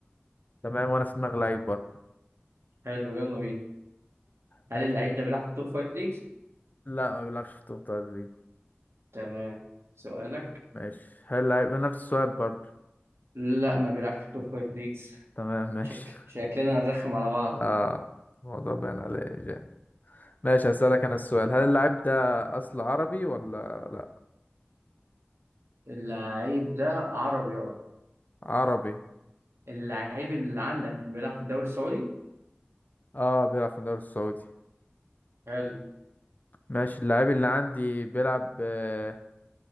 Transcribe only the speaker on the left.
تمام وانا في دماغي لعيب برضه
ماشي
لا ما بيلعبش في توب تدريب
ماشي هل لعيب نفس السؤال برضو
تمام ماشي
<laughs>
آه الموضوع باين عليه جامد ماشي هسألك أنا السؤال هل اللاعب ده أصل عربي ولا لا
عربي
اه بيلعب في الدوري السعودي
ماشي اللاعب اللي عندي بيلعب آه،